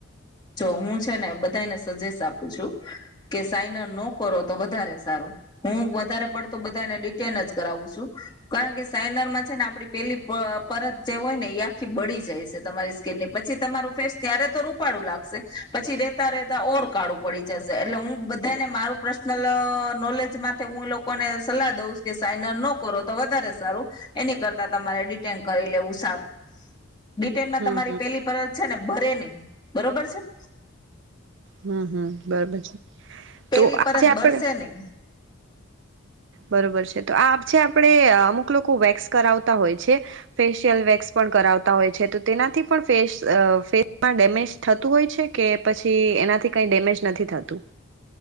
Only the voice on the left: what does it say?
જો હું છે ને, બધાને સજેસ આપું છું કે સાઈનર નો કરો તો વધારે સારો હું, વધારે પડતો બધાને ડિટેન જ કરાવું છું કારણ કે સાઇનરમાં છે, ને આપડી પેલી પરત જે હોય ને એ આખી બળી જાય છે. તમારી સ્કીિન ની પછી તમારું ફેસ ત્યારે તો રૂપાળું લાગ પછી, રેતા રેતા ઓર કાળું પડી જશે. એટલે હું બધાને મારું પર્સનલ નોલેજ હું લોકોને સલાહ દઉ કે સાઈન અન નો કરો તો, વધારે સારું એની કરતા તમારે ડિટેન કરી લેવું સારું બિટેલમાં
તમારી
પેલી પર છે ને ભરે નહી બરોબર હછ
પેલી
પરત
બરશે નહી